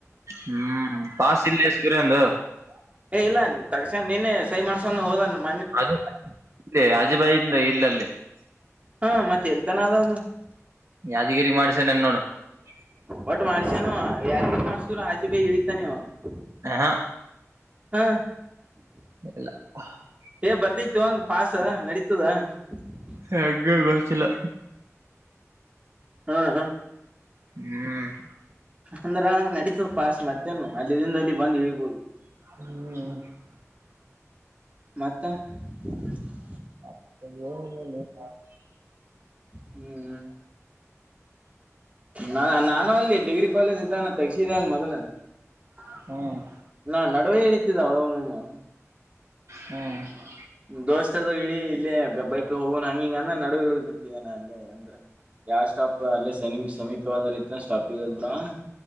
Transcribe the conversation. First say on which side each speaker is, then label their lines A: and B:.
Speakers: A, on the right; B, on the right.
A: ಹೂ ಪಾಸ್ ಇಲ್ಲ ಲೇ ಸೂರ್ಯನಂದು? <unintelligible>
B: ಏ ಇಲ್ಲ ತಕ್ಷನಾ ನಿನ್ನೇ ಸೈ ಮಾಡ್ಸಕೊಂದ ಹೋದಲ್ಲ. <unintelligible>
A: ಅದು <inaudible> ಆಜು ಬಾಜು ಹಿಂದ ಇಲ್ಲಲ್ಲೇ? <unintelligible>
B: ಹಾ ಮತ್ತ ಎಲ್ತಾನ ಅದಲಾ? <unintelligible>
A: ಯಾದಗಿರಿ ಮಾಡ್ಸಾನ್ ಏನ್ ನೋಡ? <unintelligible>
B: ಒಟ್ಟ ಮಾಡ್ಸ್ಯಾನ ಯಾರಿಗ ಮಾಡಸರು ಹಾದಿ ಬಾಯಿಗೆ ಇಳಿತಾನ ಇವ? <unintelligible>
A: ಹ
B: ಹ <unintelligible>
A: ಇಲ್ಲ ಪಾ <unintelligible>
B: ಏ ಬರ್ತತೆ ಓ ಅವಂಗ ಪಾಸ್ ನಡಿತದ <unintelligible>
A: ನಂಗ್ ಏನ್ ಗೊತ್ತ ಇಲ್ಲ? <unintelligible>
B: ಹ ಅ <unintelligible>
A: ಹೂ <unintelligible>
B: ಅಂದರ ನಡೀತದ ಪಾಸ್ ಮತ್ತೇನು ಅಲ್ಲಿಇಂದ ಇಲ್ಲಿ ಬಂದ್ ಇಳಿ ಬೋದು. <unintelligible>
A: <unintelligible>
B: ಮತ್ತ? <unintelligible>
A: ಅಷ್ಟೊಂದು ಏನಿಲ್ಲ ಲೇ ಪಾ? <unintelligible>
B: ಹೂ <unintelligible> ನಾ ನಾನು ಅಲ್ಲಿ ಡಿಗ್ರಿ ಕಾಲೇಜ್ ಇದ್ದಾಗ ತಗಸಿದ ಅಲ್ಲ ಮೊದಲ? <unintelligible> ಹಾ
A: ಹ್ಮ್
B: ನಾ ನಡುವೆ ಇಳಿತ್ತಿದ್ದ ಅವಳಮ್ಮ <unintelligible>
A: ಹೂ <unintelligible>
B: ದೋಸ್ತ ಅದು ಇಳಿ ಇಲ್ಲೇ ಗಬ್ಬೈಕ್ ಹೋಗಣ ಹಂಗಿಂಗ ಅಂದ ನಡು ಇಳದ ಬಿಡ್ತಿ ಏನ ಅಲ್ಲೇ ಅಂದ್ರ? <unintelligible> ಯಾವ ಸ್ಟಾಪ್ ಅಲ್ಲೇ ಸನೀಪ ಸಮೀಪ ವಾದ ರೀತಿ. <unintelligible> ಇತ ಸ್ಟಾಪ್ ಗೆ ಹೊಗಿ ಬಿಡಾವ